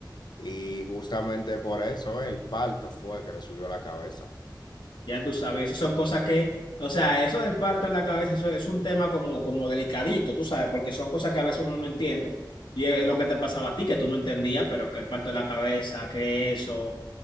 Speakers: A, on the left; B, on the left.
A: Y justamente por eso el parto fue que le subió la cabeza.
B: Ya tú sabes, eso son cosas que, o sea, eso del parto en la cabeza, eso es un tema como, como delicadito, tú sabes, porque son cosas que a veces uno no entiende. Y es lo que te pasaba a ti, que tú no entendías, pero que el parto en la cabeza, que eso,